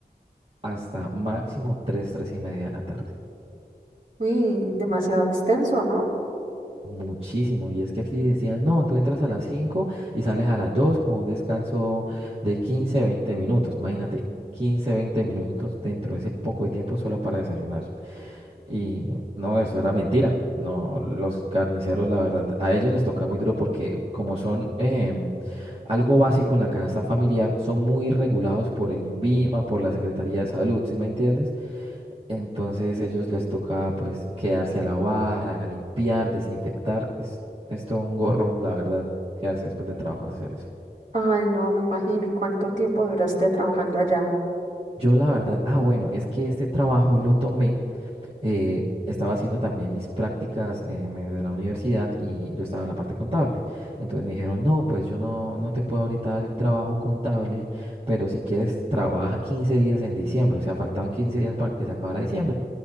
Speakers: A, on the right; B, on the right.
A: hasta máximo tres tres y media de la tarde.
B: Uy, demasiado extenso, ¿no?
A: Muchísimo, y es que aquí decían, no, tú entras a las 5 y sales a las 2 con un descanso de 15 20 minutos. Imagínate, 15 20 minutos dentro de ese poco de tiempo solo para desayunar. Y no, eso era mentira. No, los carniceros, la verdad, a ellos les toca muy duro porque como son em, algo básico en la canasta familiar, son muy regulados por el INVIMA, por la Secretaría de Salud, ¿sí me entiendes? Entonces ellos les toca pues quedarse a lavar, a limpiar, desinfectar. Es, es todo un gorro, la verdad, quedarse después del trabajo a hacer eso.
B: Ay, no, me imagino. ¿Y cuánto tiempo duraste trabajando allá?
A: Yo la verdad, ah bueno, es que este trabajo lo tomé, eh, estaba haciendo también mis prácticas eh, me- de la universidad y yo estaba en la parte contable. Entonces me dijeron, no, pues yo no, no te puedo ahorita dar el trabajo contable, pero si quieres trabaja 15 días en diciembre, o sea, faltaban 15 días para que se acabara diciembre.